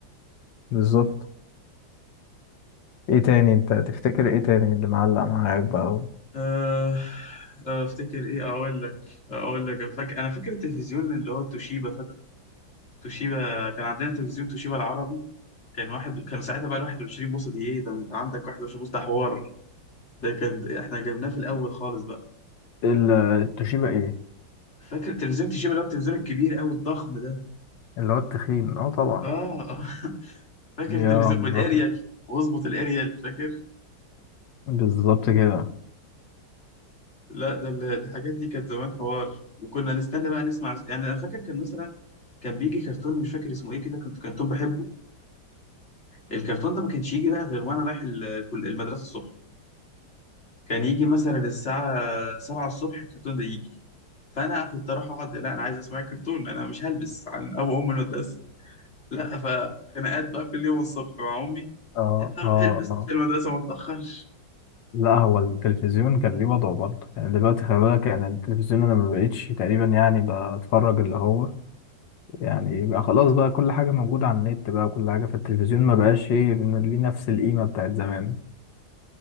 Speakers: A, on the left (about 70°); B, on the left (about 35°).
A: بالظبط ايه تاني انت تفتكر ايه تاني اللي معلق معاك بقى
B: آه، آه، افتكر ايه اقول لك اقول لك فاكر انا فاكر التلفزيون اللي هو توشيبا فاكره توشيبا كان عندنا تلفزيون توشيبا العربي كان واحد كان ساعتها بقى ال 21 بوصه دي ايه ده انت عندك 21 بوصه ده حوار ده كان احنا جبناه في الاول خالص بقى
A: ال- التوشيبا ايه
B: فاكر تلفزيون توشيبا اللي هو التلفزيون الكبير قوي الضخم ده
A: اللي هو التخين اه طبعا
B: اه <laughs> آه. فاكر
A: يا
B: التلفزيون
A: الله.
B: والاريال واظبط الاريال فاكر
A: بالظبط كده
B: لا ده ال- الحاجات دي كانت زمان حوار وكنا نستنى بقى نسمع يعني انا فاكر كان مثلا كان بيجي كرتون مش فاكر اسمه ايه كده كنت كرتون بحبه الكرتون ده ما كانش يجي بقى غير وانا رايح ال- الكل- المدرسه الصبح كان يجي مثلا الساعه 7 الصبح الكرتون ده يجي فانا كنت اروح اقعد لا انا عايز اسمع الكرتون انا مش هلبس عن ابو ام المدرسه لا فخناقات بقى كل يوم الصبح مع امي
A: اه
B: انت روح
A: اه
B: البس
A: اه
B: عشان المدرسه ما تاخرش
A: لا هو التلفزيون كان ليه وضعه برضه يعني دلوقتي خلي بالك يعني التلفزيون انا ما بقتش تقريبا يعني بتفرج اللي هو يعني بقى خلاص بقى كل حاجه موجوده على النت بقى وكل حاجه في التلفزيون ما بقاش ايه ليه نفس القيمه بتاعت زمان